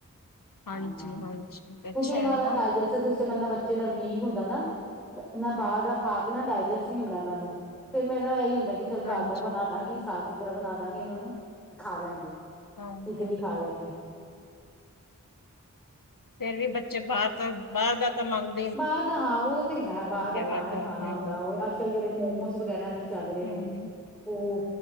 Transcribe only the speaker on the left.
ਹਾਂਜੀ
ਹਾਂਜੀ
ਅੱਛਾ
ਹੈ
ਨਾ
ਹਾਂਜੀ
ਹਾਂਜੀ
ਫੇਰ ਵੀ ਬੱਚੇ ਬਾਹਰ ਦਾ ਤੋਂ ਬਾਹਰ ਦਾ ਤਾਂ ਮੰਗ।
ਬਾਅਦ
ਹੂੰ
ਹੂੰ